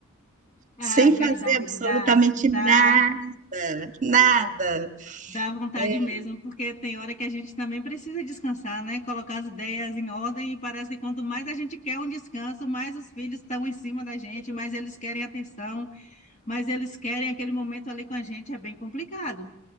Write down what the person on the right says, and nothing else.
sem
fazer
absolutamente
nada, nada.
É,